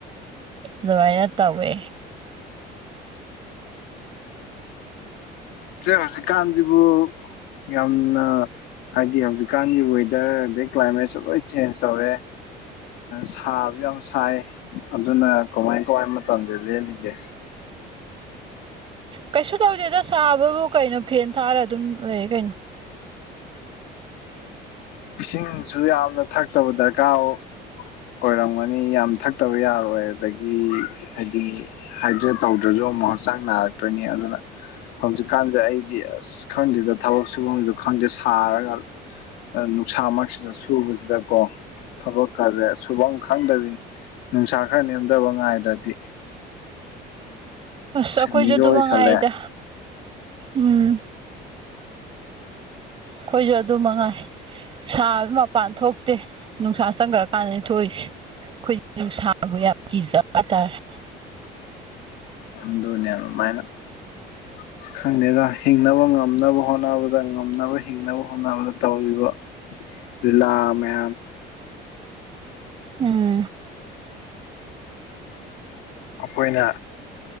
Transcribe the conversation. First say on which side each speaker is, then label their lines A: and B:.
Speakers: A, on the right; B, on the left.
A: ꯑꯗꯨꯃꯥꯏꯅ ꯇꯧꯋꯦ
B: ꯏꯆꯦ ꯍꯧꯖꯤꯛꯀꯥꯟꯖꯤꯕꯨ ꯌꯥꯝꯅ ꯍꯥꯏꯗꯤ ꯍꯧꯖꯤꯛꯀꯥꯟꯒꯤ ꯋꯦꯗꯔ ꯑꯗꯩ ꯀ꯭ꯂꯥꯏꯃꯦꯠꯁꯨ ꯂꯣꯏ ꯆꯦꯟꯖ ꯇꯧꯔꯦ ꯁꯥꯖꯨ ꯌꯥꯝ ꯁꯥꯏ ꯑꯗꯨꯅ ꯀꯃꯥꯏ ꯀꯃꯥꯏ ꯃꯇꯝꯖꯦ ꯂꯦꯜꯂꯤꯒꯦ
A: ꯀꯩꯁꯨ ꯇꯧꯗꯦꯗ ꯁꯥꯕꯕꯨ ꯀꯩꯅꯣ ꯐꯦꯟ ꯊꯥꯔ ꯑꯗꯨꯝ ꯂꯩ ꯀꯩꯅꯣ
B: ꯏꯁꯤꯡꯁꯨ ꯌꯥꯝꯅ ꯊꯛꯇꯕ ꯗꯔꯀꯥꯔ ꯑꯣꯏ ꯑꯣꯏꯔꯝꯒꯅꯤ ꯌꯥꯝ ꯊꯛꯇꯕ ꯌꯥꯔꯣꯏ ꯑꯗꯒꯤ ꯍꯥꯏꯗꯤ ꯍꯥꯏꯗ꯭ꯔꯦꯠ ꯇꯧꯗ꯭ꯔꯁꯨ ꯑꯃꯨꯛ ꯍꯛꯆꯥꯡ ꯅꯥꯔꯛꯇꯣꯏꯅꯤ ꯑꯗꯨꯅ ꯍꯧꯖꯤꯛꯀꯥꯟꯖꯦ ꯑꯩꯗꯤ ꯑꯁ ꯈꯪꯗꯦꯗ ꯊꯕꯛ ꯁꯨꯕꯝꯖꯨ ꯈꯪꯗꯦ ꯁꯥꯔꯒ ꯅꯨꯡꯁꯥꯃꯔꯛꯁꯤꯗ ꯁꯨꯕꯖꯤꯗꯀꯣ ꯊꯕꯛꯀꯁꯦ ꯁꯨꯕꯝ ꯈꯪꯗꯕꯤꯅꯤ ꯅꯨꯡꯁꯥ ꯈꯔ ꯅꯦꯝꯗꯕ ꯉꯥꯏꯗ꯭ꯔꯗꯤ
A: ꯑꯁ ꯑꯩꯈꯣꯏꯁꯨ
B: ꯁꯤꯟꯃꯤꯒ
A: ꯑꯗꯨꯃ
B: ꯑꯣꯏꯁꯜꯂꯦ
A: ꯉꯥꯏꯗ ꯎꯝ ꯈꯣꯏꯖꯨ ꯑꯗꯨ ꯃꯉꯥꯏ ꯁꯥꯕ ꯃꯄꯥꯟ ꯊꯣꯛꯇꯦ ꯅꯨꯡꯁꯥ ꯆꯪꯈꯒ꯭ꫪ ꯀꯥꯟꯗꯅꯦ ꯊꯣꯛꯏꯁꯦ ꯑꯩꯈꯣꯏꯒꯤ ꯅꯨꯡꯁꯥꯕꯨ ꯌꯥꯝ ꯀꯤꯖꯕ ꯍꯥꯏꯇꯥꯔꯦ
B: ꯑꯗꯨꯅꯦ ꯑꯗꯨꯃꯥꯏꯅ ꯏꯁ ꯈꯪꯗꯦꯗ ꯍꯤꯡꯅꯕ ꯉꯝꯅꯕ ꯍꯣꯠꯅꯕ ꯍꯣꯠꯅꯕꯗ ꯉꯝꯅꯕ ꯍꯤꯡꯅꯕ ꯍꯣꯠꯅꯕꯗ ꯇꯧꯔꯤꯕ ꯂꯤꯂꯥ ꯃꯌꯥꯝ
A: ꯎꯝ
B: ꯑꯩꯈꯣꯏꯅ